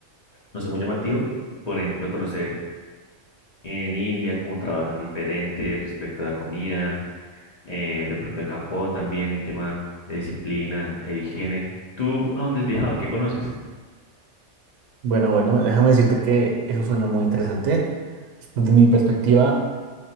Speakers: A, on the left (about 40°); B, on the right (about 70°).
A: no sea muy llamativo, por ejemplo, conocer en India, cómo trabajan diferente respecto a la comida, eh, de pronto en Japón también el tema de disciplina e higiene. ¿Tú a dónde has viajado? ¿Qué conoces?
B: Bueno, bueno, déjame decirte que eso suena muy interesante. Desde mi perspectiva,